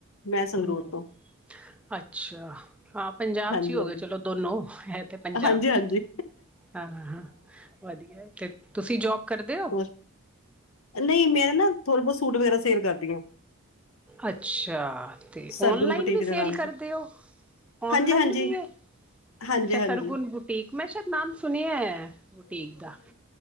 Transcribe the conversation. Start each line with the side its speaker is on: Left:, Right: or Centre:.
Left: ਮੈਂ ਸੰਗਰੂਰ
Centre: ਹੰਮ,
Left: ਤੋਂ
Centre: ਅੱਛਾ ਆਪ? ਪੰਜਾਬ
Left: ਹਾਂਜੀ
Centre: ਚ ਹੀ ਹੋ
Left: ਹਾਂਜੀ
Centre: ਗਏ, ਚਲੋ ਦੋਨੋਂ ਹੈਂ ਤੇ ਪੰਜਾਬ
Left: ਹਾਂਜੀ ਹਾਂਜੀ
Centre: ਚ ਹਾਂ। ਹਾਂ ਹਾਂ, ਵਧੀਆ। ਤੇ ਤੁਸੀਂ ਜੌਬ ਕਰਦੇ ਹੋ?
Left: ਹੋਰ ਨਹੀਂ ਮੈਂ ਨਾ ਥੋੜ੍ਹੇ ਬਹੁਤ ਸੂਟ ਵਗੈਰਾ ਸੇਲ ਕਰਦੀ ਹਾਂ
Centre: ਅੱਛਾ ਤੇ
Left: ਸਰਗੁਣ
Centre: ਓਨਲਾਈਨ
Left: ਬੁਟੀਕ
Centre: ਵੀ ਸੇਲ
Left: ਦੇ ਨਾਮ
Centre: ਕਰਦੇ
Left: ਤੋਂ
Centre: ਹੋ ਓਨਲਾਈਨ
Left: ਹਾਂਜੀ ਹਾਂਜੀ
Centre: ਵੀ ਏ
Left: ਹਾਂਜੀ
Centre: ਅੱਛਾ
Left: ਹਾਂਜੀ
Centre: ਸਰਗੁਣ ਬੁਟੀਕ ਮੈਂ ਸ਼ਾਇਦ ਨਾਮ ਸੁਣਿਆ ਹੈ ਬੁਟੀਕ ਦਾ